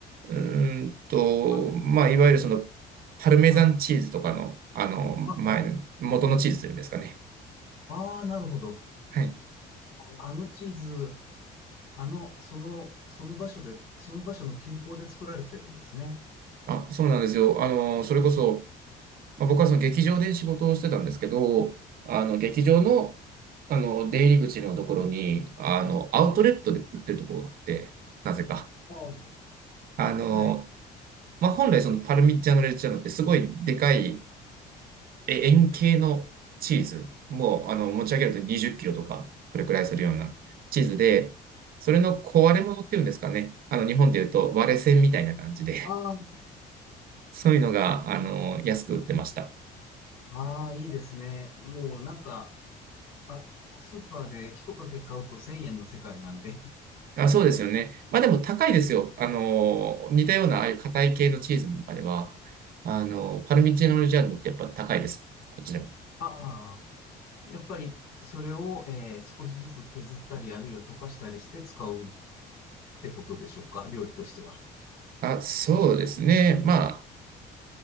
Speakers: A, on the right; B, on the left.
A: うーんと、
B: あのチーズを作ってる。
A: まあ、いわゆるその、パルメザンチーズとかの、
B: あ、
A: あの、
B: あ、
A: 前の、元のチーズというんですかね。
B: ああ、なるほど。
A: はい。
B: あのチーズ、あの、その、その場所で、その場所の近郊で作られてるんですね。
A: あ、そうなんですよ。あの、それこそ、まあ、僕はその劇場で仕事をしてたんですけど、あの、劇場の、あの、出入り口のところに、あの、アウトレットで売ってるところがあって、なぜか。
B: ああ
A: あの、
B: はい。
A: まあ、本来そのパルミジャーノ・レッジャーノってすごいでかい円形のチーズ。もうあの持ち上げると20キロとか、それくらいするようなチーズで、それの壊れ物っていうんですかね。あの日本で言うと割れ線みたいな感じで、
B: ああ、
A: <laughs> そういうのがあの安く売ってました。
B: ああ、いいですね。もうなんか、あ、スーパーで一かけ買うと1000円の世界なんで。
A: あ、そうですよね。まあでも高いですよ。あの、似たようなああいう硬い系のチーズの中では、あの、パルミジャーノ・レッジャーノってやっぱ高いです。こっちでも。
B: ああ。やっぱり、それを、えー少しずつ削ったり、あるいは溶かしたりして使うってことでしょうか料理としては。
A: あ、そうですね。まあ